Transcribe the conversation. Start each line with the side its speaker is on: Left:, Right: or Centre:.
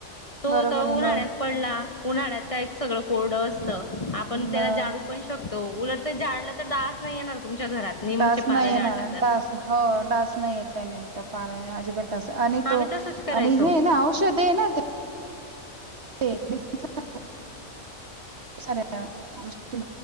Left: तो
Right: बरोबर आहे. मग
Left: उन्हा्ळ्यात पडला, उन्हाळ्यात काय सगळं कोरड असत, आपण त्याला
Right: मग
Left: जालू पण शकतो, उलट तें जाल ल, तर डास नही येणार तुमच्या घरात, निमच्या
Right: डास
Left: पाला
Right: नाही येणार
Left: जाळला तर..
Right: डास हो डास नही येत त्याने, त्या पाल्याने आजीबात. आणि तो
Left: आम्ही तसच करायचो
Right: आणि हे ना, औषध ये ना. <unintelligible> खूप साऱ्या गोष्टी.